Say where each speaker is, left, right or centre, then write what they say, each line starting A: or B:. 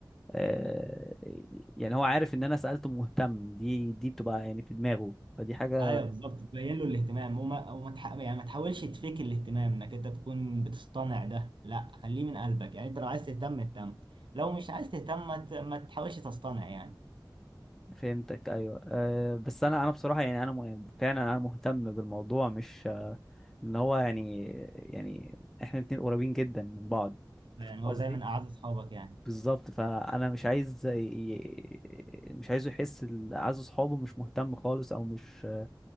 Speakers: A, in the centre; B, on the right.
A: آه، يعني هو عارف ان انا سالته مهتم دي دي بتبقى يعني في دماغه فدي حاجه
B: ايوه بالظبط تبين له الاهتمام وما وما تح... يعني ما تحاولش تفيك الاهتمام انك انت تكون بتصطنع ده لا خليه من قلبك يعني انت لو عايز تهتم اهتم لو مش عايز تهتم ما, ت... ما تحاولش تصطنع يعني
A: فهمتك ايوه أه بس انا انا بصراحه يعني انا م- فعلا انا مهتم بالموضوع مش ان هو يعني يعني احنا الاتنين قريبين جدا من بعض
B: يعني هو
A: قصدي
B: زي من اعز اصحابك يعني
A: بالظبط فانا مش عايز ي... مش عايزه يحس ال- عايز اصحابه مش مهتم خالص او مش